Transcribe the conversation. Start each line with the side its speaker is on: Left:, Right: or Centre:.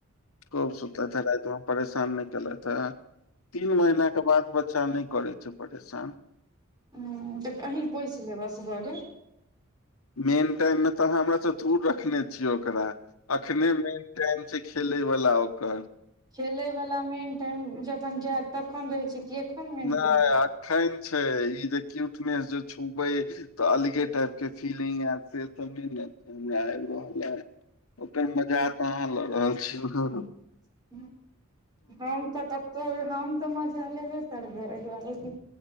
Left: खुब सुतता रात मे परेशान न केलाइथ ह तीन महिना के बाद बच्चा नहि करै छै परेशान
Right: ह तऽ अही पोइस लेब असगरे
Left: मेन टाइम मे तऽ अहाँ हमरा तऽ दूर रखने छी, ओकरा एखने मे। टाइम छै खेलै वला ओकर
Right: खेले वला मेन टाइम जखन जैत तखन रहै छै <unintelligible>
Left: नाए
Right: छै
Left: एखन छै ई जे क्यूटनेस जे छुबै त अलगे टाइप के फीलिंग ऐत से सब ने <unintelligible> आबि रहल है ओते मजा तऽ अहाँ ल रहल छी
Right: <unintelligible> हम तऽ मजा लेबे करै आए दुआरे की